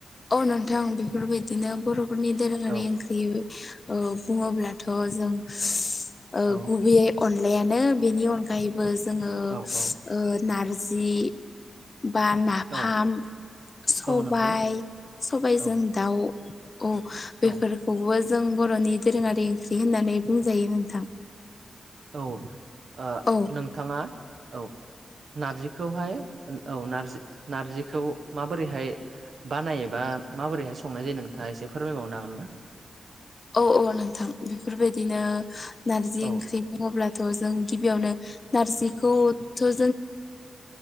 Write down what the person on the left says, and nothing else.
औ नोंथां बेफोरबायदिनो बर'फोरनि दोरोङारि
ओंख्रि। बुङोब्लाथ' जों
गुबैयै अनलायानो बेनि अनगायैबो। जोङो
ओ
नारजि बा नाफाम
सबाइ
सबाइजों
दाउ। औ
बेफोरखौबो जों बर'नि दोरोङारि ओंख्रि होननानै बुंजायो नोंथां।
औ
औ औ नोंथां बेफोरबायदिनो नारजि
ओंख्रि बुङोब्ला। थ' जों गिबियावनो नारजिखौथ' जों